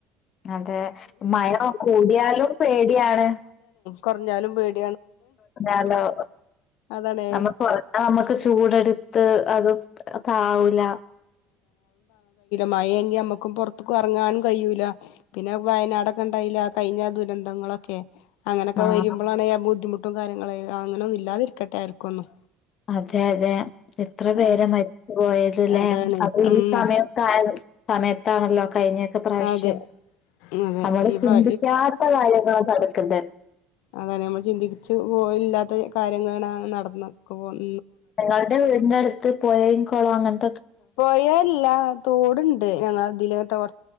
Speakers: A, on the left; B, on the left.
A: അതെ മയം കൂടിയാലും പേടിയാണ്
B: കൊറഞ്ഞാലും പേടി
A: അലോ
B: അതാണ്
A: നമ്മക്ക് നമ്മെക്ക് ചൂടെടുത്ത് അതും. അതാവുല
B: മഴെങ്കി നമ്മെക്കും പുറത്തുക്കും ഇറങ്ങാൻ കഴിയൂല. പിന്നെ വയനാടൊക്കെ ഉണ്ടായില്ല. കഴിഞ്ഞാ ദുരന്തങ്ങളൊക്കെ അങ്ങനെക്കെ
A: ആഹ്.
B: വരുമ്പോളാണ് ആ ബുദ്ധിമു ഡും കാര്യങ്ങളേ അങ്ങനൊന്നും ഇല്ലാതിരിക്കട്ടെ ആർക്കൊന്നും.
A: അതെ അതെ എത്ര പേരാ
B: ആ
A: മരിച്ചു പോയതല്ലേ.
B: അതാണ്
A: അത് ഈ
B: ഉം
A: സമയത്തായത് സമയത്താണല്ലോ കഴിഞ്ഞെക്കെ പ്രാവശ്യം
B: അതെ അതെ
A: നമ്മള്
B: ഈ
A: ചിന്തിക്കാത്ത
B: പ്രാ
A: കാര്യങ്ങള് നട യെന്തെൻ
B: അങ്ങെനെ നമ്മള് ചിന്തിച്ച് പോയില്ലാത്തേ. കാര്യങ്ങളാണ് നടന്നൊക്ക പോണ്
A: ഞങ്ങെൾടെ വീടിന്റെ അടു ത്ത് പൊയയും കൊളവുയങ്ങനെ
B: പൊയല്ല തോടുണ്ട് ഞങ്ങളതിലേത്തെവർ